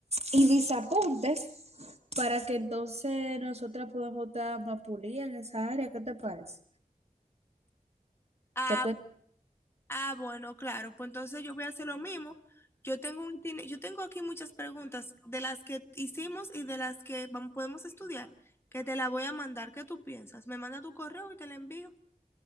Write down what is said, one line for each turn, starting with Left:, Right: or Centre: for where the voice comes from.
Right: y mis apuntes para que entonces nosotras podamos estar más pulidas en esa área. ¿Qué te parece?
Left: Ah,
Right: Te estoy-
Left: ah, bueno, claro. Pues entonces yo voy a hacer lo mismo. Yo tengo un itine- yo tengo aquí muchas preguntas de las que hicimos y de las que vamos, podemos estudiar, que te la voy a mandar. ¿Qué tú piensas? Me manda tu correo y te la envío.